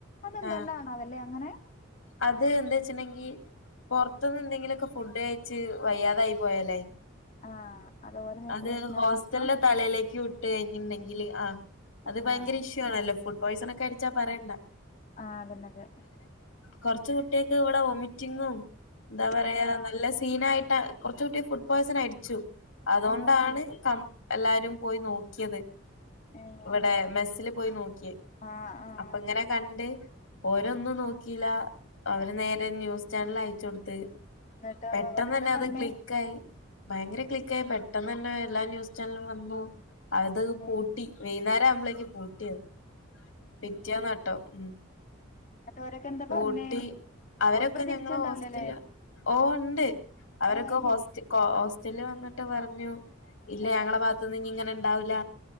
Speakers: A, on the left (about 35°); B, on the left (about 80°).
A: അതെന്തുകണ്ടണാവാലെ
B: ആഹ്
A: അങ്ങനെ
B: അത് എന്താ വച്ച് ണ്ടെങ്കി പുറത്തുന്ന് എന്തെങ്കിലുക്കെ ഫുഡ് കഴിച്ച് വയ്യാതായി പോയാലേ
A: ആഹ് ഓരെ മേത്ത്
B: അത്
A: പ്രശ്നാവും
B: ഹോസ്റ്റലിന്റെ
A: വെച്ചിട്ടാ
B: തലയിലേക്കും ഇട്ട് കഴിഞ്ഞുണ്ടെങ്കില് ആ അത് ഭയങ്കര
A: ആഹ്
B: ഇഷ്യൂ ആണല്ലോ ഫുഡ് പോയ്സൺ ഒക്കെ അടിച്ചാ പറയണ്ട
A: ആ അതന്നെ അതെ
B: കുറച്ച് കുട്ടികക്ക് ഇവിടെ ഒമിറ്റിങ്ങും എന്താ പറയാ
A: ആഹ് ആഹ്
B: നല്ല സീനായിട്ട കുറച്ച കട്ടി ഫുഡ് പോയ്സൺ അടിച്ചു അതുകൊണ്ടാണ്
A: ആഹ് അത് ശരി
B: കം എല്ലാരും പോയി നോക്കിയത്
A: ഏഹ്
B: ഇവിടെ മെസ്സില് പോയി നോക്കിയേ
A: ആഹ് ആഹ്
B: അപ്പങ്ങനെ
A: ശരി
B: കണ്ട്. ഓരൊന്നും നോക്കീലാ അവര് നേരെ ന്യൂസ് ചാൻലയച്ചൊട്ത്ത്.
A: ന്നട്ടോ
B: പെട്ടെന്നെന്നത്
A: ഓരെന്താ പർഞ്ഞേ
B: ക്ലി ക്കായി ഭയങ്കര ക്ലിക്കായി പെട്ടെന്നന്നെ എല്ലാ ന്യൂസ് ചാൻലും വന്നു. അത്
A: ഏഹ്
B: പൂട്ടി. വൈന്നേരാവുമ്പളേക്കും പൂട്ടിയയ്. പിറ്റേന്നാട്ടോ. ഉം.
A: ന്നട്ടോരൊക്കെന്താ പർഞ്ഞേ?
B: ഊട്ടി അവരൊക്കെ
A: ഓര് പ്രതീക്ഷിച്ച്ണ്ടാവൂലല്ലേ
B: ഞങ്ങളെ ഹോസ്റ്റലാ ഓഹ് ണ്ട് അവരൊക്കെ
A: ഏഹ് അത് ശരി
B: ഹോസ്റ്റ കോ ഹോസ്റ്റല് വന്ന്ട്ട് പറഞ്ഞു ഇല്ല
A: ആഹ്
B: ഞങ്ങളെ ഭാഗത്തുന്ന് ഞ്ഞിങ്ങനെണ്ടാവൂല്ല